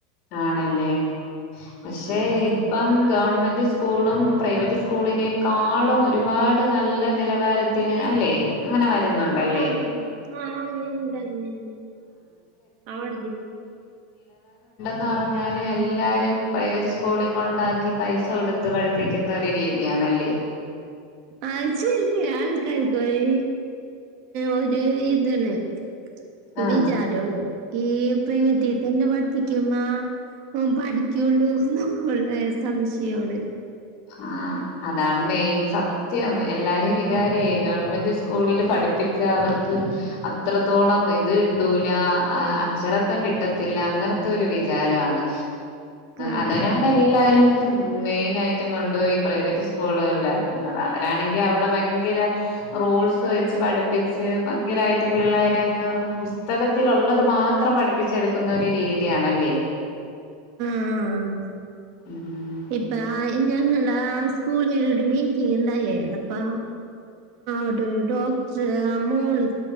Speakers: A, on the left; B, on the right.
A: ആണല്ലേ? പക്ഷെ
B: ആഹ്
A: ഇപ്പ ഗവണ്മെന്റ് സ്കൂൾ സ്കൂളും പ്രൈവറ്റ് സ്കൂളിനെക്കാളും ഒരുപാട് നല്ല നിലാവര ത് അല്ലേ അങ്ങനെ ക ന്നോണ്ടല്ലേ
B: ആഹ് ആഹ് അങ്ങനെണ്ട് അങ്ങനെണ്ട് അവിട
A: പറഞ്ഞാലെല്ലാരും ഈ പ്രൈവറ്റ് സ്കൂള് ഉണ്ടാക്കി പൈസ കൊടുത്ത് വരപ്പിക്കുന്നഇരു ബേബിയാണല്ലേ
B: ആച്ചിന്ന ആൾ കാരിക്കോളി ഒരു ഇതില്ലേ... ഒരു
A: ആഹ്
B: വിചാരള്ളു ഈ പ്രൈവറ്റിൽ തന്നെ പഠിപ്പിക്കുമ്പ ഓൻ പഠിക്കുള്ളോ സ്കൂളിലെ സംശയങ്ങള്
A: ആ അതാണ്‌ മെയിൻ സത്യം എല്ലാരേം ഇത് ഈ ഗവണ്മെന്റ് സ്കൂളില് പഠിപ്പി പിന്നെ അവർക്ക് അത്രത്തോളം ഇത് കിട്ടുല്ല.. അച്ചടക്കം കിട്ടത്തില്ല അങ്ങനാത്തൊരിത് ഒരു വിചാരാണ്...
B: ആ
A: അതിനാണെല്ലാരും മെയിനായി ങ്കൊണ്ടോയി പ്രൈവറ്റ് സ്കൂളില്ലെ അവൻ ആണെങ്കിൽ അവടെ ഭയങ്കര റൂൾസ്‌ വച്ചു പഠിപ്പിച്ച് ഭയങ്കരയിട്ട് പിള്ളേരെ
B: ഉം.
A: അങ്ങ് പുസ്തകത്തിൽ ഒള്ളത് മാത്രം പഠിപ്പിച്ചെടുത്ത ന്നൊരു രീതിയാണല്ലേ
B: മ്മ്...
A: ഉം
B: ഇപ്പയാ ഞങ്ങളാസ്ക്കൂ സ്കൂളിലൊരു മീറ്റിങ് ഇ ല്ലേ അവിട ഒരു ഡോക്ടട മോളു